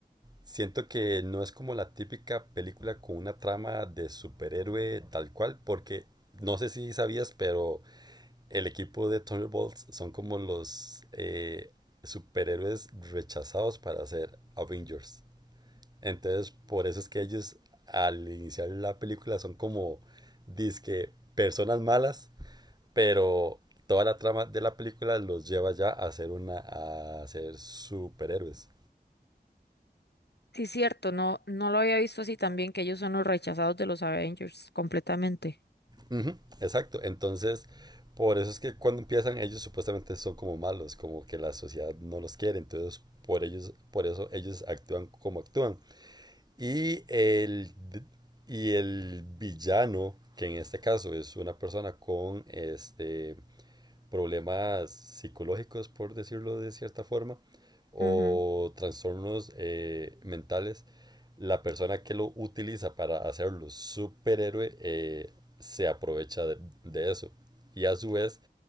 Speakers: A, on the right (about 25°); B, on the left (about 85°).
A: siento que no es como la típica película con una trama de superhéroe tal cual, porque no sé si sabías, pero el equipo de Thunderbolts son como los eh, superhéroes rechazados para ser Avengers. Entonces, por eso es que ellos al iniciar la película son como dizque personas malas, pero toda la trama de la película los lleva ya a ser una a ser superhéroes.
B: Sí, cierto, no, no lo había visto así también, que ellos son los rechazados de los Avengers completamente.
A: Uh -huh. Exacto. Entonces, por eso es que cuando empiezan ellos supuestamente son como malos, como que la sociedad no los quiere, entonces por ellos por eso ellos actúan como actúan. Y el, y el villano, que en este caso es una persona con este, problemas psicológicos, por decirlo de cierta forma, o
B: Ujú.
A: trastornos eh, mentales, la persona que lo utiliza para hacerlo superhéroe eh, se aprovecha de, de eso. Y a su vez,